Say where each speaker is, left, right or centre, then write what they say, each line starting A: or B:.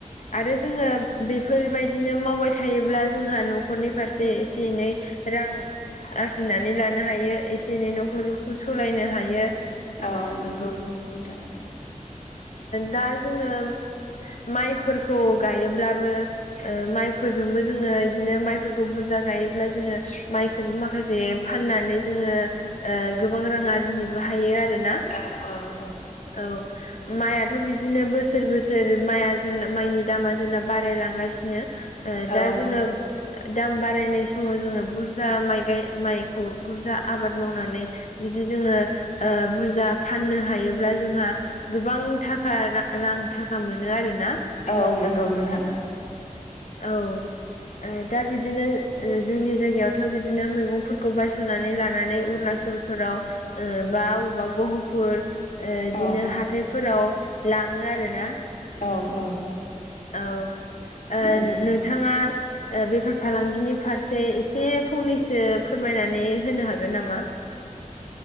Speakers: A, on the left; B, on the left.
A: आरो जोङो बेफोरबायदि बिदिनो मावबाय थायोब्ला जोंहा न'खरनि फारसे एसे एनै रां आरजिनानै लानो हायो एसे एनै न'खरखौ सालायनो हायो
B: औ नंगौ नोंथां
A: दा जोङो माइफोरखौ गायोब्लाबो माइफोरजोंबो जोङो बिदिनो माइफोरखौ बुरजा गायोब्ला जोङो माइखौबो माखासे फाननानै जोङो ओ गोबां रां आरजिनोबो हायो आरोना
B: औ-औ-औ
A: औ मायाथ' बि बिदिनो बोसोर बोसोर माइया जोंना माइनि दामा जोंना बारायलांगासिनो ओ दा
B: औ
A: जोङो दाम बारायनाय समाव जोङो बुरजा माइ गाय माइखौ बुरजा आबाद मावनानै जुदि जोङो बुरजा फाननो हायोब्ला जोंहा गोबांथा थाखा रां थाखा मोनो आरोना
B: औ नंगौ नोंथां
A: औ ओ दा बिदिनो जोंनि जायगायावथ' बिदिनो मैगंफोरखौ बायस'नानै लानानै अरुणचल फोराव बा अबेवबा गहु फोर बिदिनो
B: औ
A: हाथायफोराव लाङो आरोना
B: औ औ
A: औ ओ
B: नंगौ
A: नोंथाङा बेफार फालांगिनि फारसे एसे फंनैसो फोरमायनानै होनो हागोन नामा